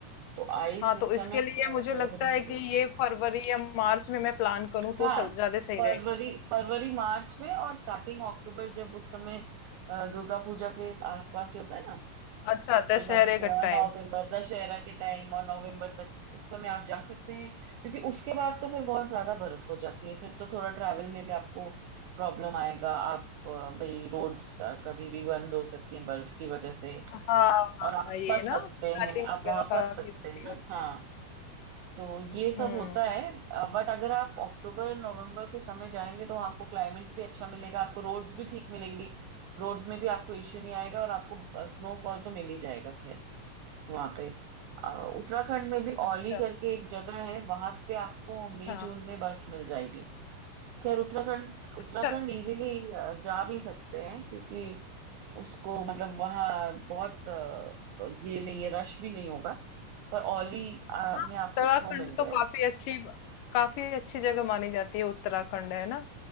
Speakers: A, on the right (about 75°); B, on the left (about 80°).
A: तो आइस
B: हाँ
A: इस
B: तो इसके
A: समय अ,
B: लिए मुझे
A: थोड़ा
B: लगता
A: सा difficult
B: है कि ये फरवरी या मार्च में मैं प्लान करूँ तो
A: हाँ
B: स- ज्यादा सही
A: फरवरी
B: रहेगा
A: फरवरी मार्च में और स्टार्टिंग अक्टूबर जब उस समय अ, दुर्गा पूजा के आसपास जो होता है ना
B: अच्छा दशहरे
A: दुर्गा पूजा
B: का
A: नवंबर
B: टाइम
A: दशहरा के टाइम और नवंबर तक उस समय आप जा सकते हैं क्योंकि उसके बाद तो फिर बहुत ज्यादा बर्फ हो जाती है फिर तो थोड़ा ट्रैवल में भी आपको प्रॉब्लम आएगा आप अ, भाई रोड्स कभी भी बंद हो सकती हैं बर्फ की वजह से
B: हाँ हाँ
A: और आप
B: ये
A: फंस
B: ना
A: सकते
B: स्लाइडिंग
A: हैं आप
B: वगैरह
A: वहां
B: काफी
A: फंस सकते
B: होती
A: हैं ना
B: है
A: हाँ तो ये सब
B: हम्म
A: होता है बट अगर आप अक्टूबर नवंबर के समय जाएंगे तो आपको क्लाइमेट भी अच्छा मिलेगा आपको रोड्स भी ठीक मिलेंगी रोड्स में भी आपको इश्यू नहीं आएगा और आपको स्नोफॉल तो मिल ही जाएगा खैर वहां पे अ, उत्तराखंड में भी
B: अच्छा
A: औली करके एक जगह है वहां पे आपको मई
B: हाँ
A: जून में बर्फ मिल जाएगी खैर उत्तराखंड उत्तराखंड
B: अच्छा
A: इजीली जा भी सकते हैं क्योंकि उसको मतलब वहाँ बहुत अ, ये नहीं है रश भी नहीं होगा पर औली अ,
B: हाँ
A: में आपको
B: उत्तराखंड
A: स्नो मिल
B: तो
A: जाएगा
B: काफी अच्छी काफी अच्छी जगह मानी जाती है उत्तराखंड है ना